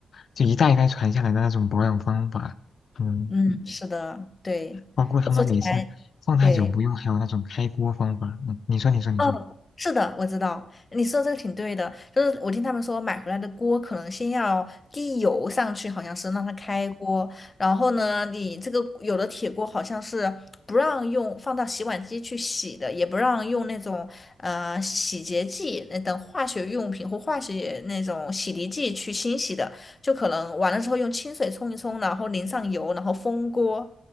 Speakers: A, on the left (about 60°); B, on the left (about 30°).
A: 就一代一代传下来的那种保养方法，嗯，
B: 嗯，是的，对，
A: 包括他们每次放太久不用，
B: 说起来，对。
A: 还有那种开锅方法，嗯，你说你说你说，
B: 嗯，是的，我知道，你说这个挺对的。就是我听他们说，买回来的锅可能先要滴油上去，好像是让它开锅。然后呢，你这个有的铁锅好像是不让用放到洗碗机去洗的，也不让用那种呃洗洁剂那等化学用品或化学那种洗涤剂去清洗的，就可能完了之后用清水冲一冲，然后淋上油，然后封锅。